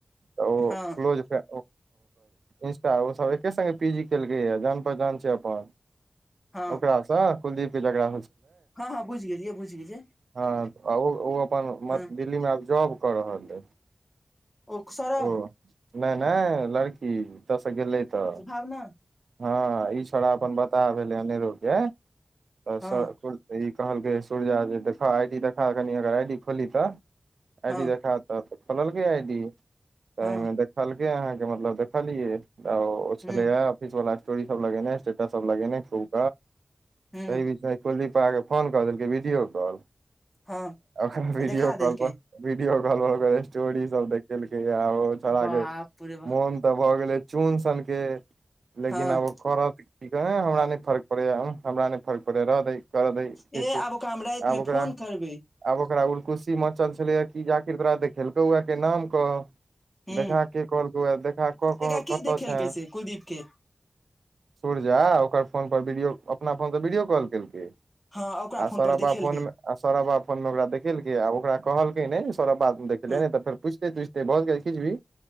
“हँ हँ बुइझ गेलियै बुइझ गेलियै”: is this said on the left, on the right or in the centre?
Left